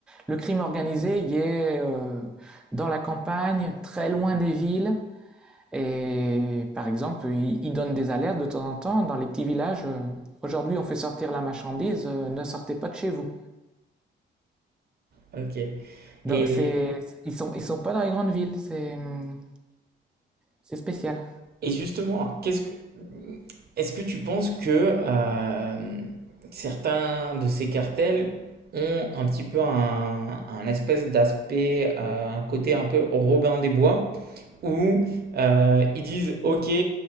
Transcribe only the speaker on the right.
Ok.
Et,
Et justement, qu'est-ce que, est-ce que tu penses que euh, certains de ces cartels ont un petit peu un, un espèce d'aspect, euh, un côté un peu Robin des Bois, où euh, ils disent, OK,